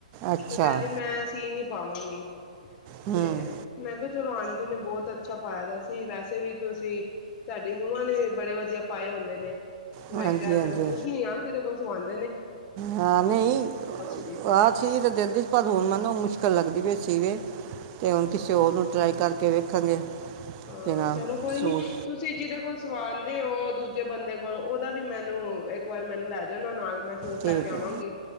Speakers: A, on the right (about 35°); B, on the left (about 30°).
A: ਅੱਛਾ
B: ਤੇ ਕਹਿੰਦੀ ਮੈਂ ਸੂਟ ਨਹੀਂ ਪਾਵਾਂਗੀ।
A: ਹੂੰ
B: ਤੇ ਮੈਂ ਚਲੋ ਆਂਟੀ ਨੇ ਬਹੁਤ ਅੱਛਾ ਪਾਇਆ ਤਾਂ ਸੀ ਵੈਸੇ ਵੀ ਤੁਸੀਂ ਤੁਹਾਡੀ ਨ ਨੂੰਹਾਂ ਨੇ ਬੜੇ ਵਧੀਆ ਪਾਏ ਹੁੰਦੇ ਨੇ।
A: ਹਾਂਜੀ
B: ਮੈਂ ਕਿਹਾ
A: ਹਾਂਜੀ
B: ਚਲੋ ਪੁੱਛਣੀ ਆ ਕਿਹਦੇ ਕੋਲ ਸਵਾਂਦੀ
A: ਹਾਂ ਨਹੀਂ
B: ਰਹੀ ਸੀ
A: ਆਹ ਚੀ ਤੇ ਦਿੰਦੀ ਪਰ ਹੁਣ ਮੈਨੂੰ ਮੁਸ਼ਕਿਲ ਲੱਗਦੀ ਪਈ ਸੀਗੇ। ਅਤੇ ਕਿਸੇ ਹੋਰ ਨੂੰ ਟਰਾਈ ਕਰ ਕੇ ਵੇਖਾਂਗੇ।
B: ਹਾਂ
A: ਕਿ ਨਾ
B: ਚਲੋ ਕੋਈ
A: ਸੂਟ
B: ਨੀ ਤੁਸੀਂ ਜਿਹਦੇ ਕੋਲ ਸਵਾਂਦੇ ਹੋ ਦੂਜੇ ਬੰਦੇ ਕੋਲ ਉਹਦਾ ਵੀ ਮੈਨੂੰ ਇੱਕ ਵਾਰ ਮੈਨੂੰ ਲੈ ਜਾ ਉਹਨਾਂ ਨਾਲ। ਮੈਂ ਸੂਟ
A: ਠੀਕ
B: ਲੈ ਕੇ ਆਵਾਂਗੀ
A: ਹੈ